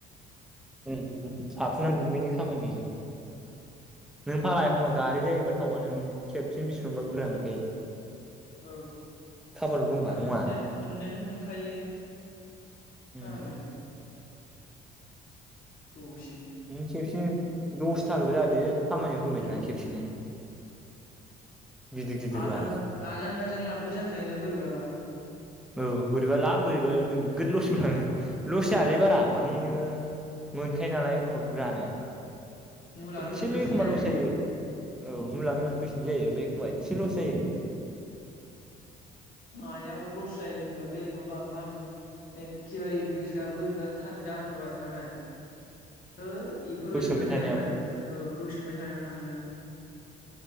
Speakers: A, in the centre; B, on the left.
A: <unintelligible> दुगैनि खामानि नों फाला
B: उम
A: एखम्बा गारि जायोबा थावआ न खेबसेनो बिसिबांबा बुरजा मोनखायो।
B: औ
A: खाफालाव दंबा
B: आद
A: नङा
B: मोनने मोन थ' मोनखायो।
A: उम
B: फागलासो। द'से
A: <unintelligible> दसथाल' जादों। खामानियाव होबाय
B: उम
A: ना खेबसेनो। गिदिर गिदिरबा
B: आजां आज गाजों लाबबो जाखायोना बोरैबाबा।
A: औ बोरैबा ला बोरैबा नोगद लसबो थाङो। लस
B: औ
A: जायलै बारा माने नोङो मोनखायो नालाय एखमबा बुरजानो।
B: मुलानो
A: एसेल'
B: मोनफैफिननाय
A: एखमबा
B: जाखायोना
A: लस जायो औ मुला मुलि फैफननाय जायो ओमफ्राय एखमबा
B: उम
A: एसे लस जायो।
B: मायाव लस जायो होनबा बे माबा मा होनो एखेबारि गोसोआ बोरैबार जाथारबाय होनबथाय हैइ बेफोरबायदि
A: दै सोमबाय
B: थांनाया
A: थानायाव
B: होनबाय औ हो सोंबाय थानायाव थाङोना